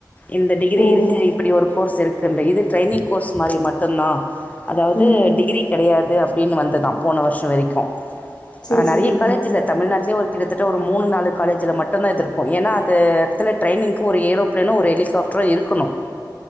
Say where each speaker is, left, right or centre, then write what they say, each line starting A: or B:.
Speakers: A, on the left (about 20°); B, on the left (about 70°).
A: இந்த டிகிரி
B: ஓ
A: இருக்கு இப்பிடி ஒரு கோர்ஸ் இருக்குன்னு இது ட்ரைனிங் கோர்ஸ் மாரி மட்டுந்தா அதாவது
B: ம்
A: டிகிரி கெடையாது அப்டின் வந்ததா போன வர்ஷோ வரைக்கு
B: சேரி
A: ஆ நிறைய
B: சேரிக்கா
A: காலேஜ் இல்ல தமிழ்நாடு லயு ஒரு கிட்டத்தட்ட ஒரு மூணு நாலு காலேஜுல மட்டுந்தா இது இருக்கு ஏனா அது எடத்துல ட்ரைனிங்கு ஒரு ஏரோபிளேனு ஒரு எலிகாஃப் ட்ரு இருக்கணு